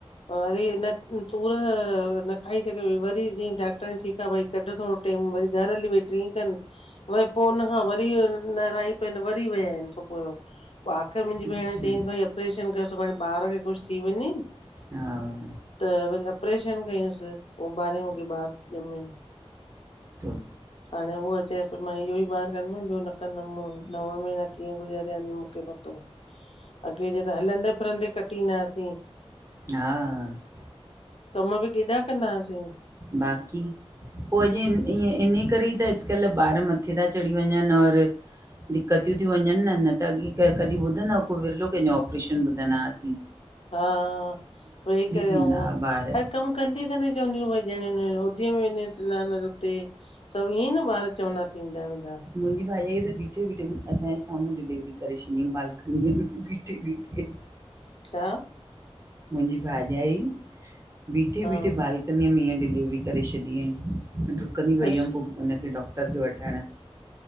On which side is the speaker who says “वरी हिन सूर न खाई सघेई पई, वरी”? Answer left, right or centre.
Left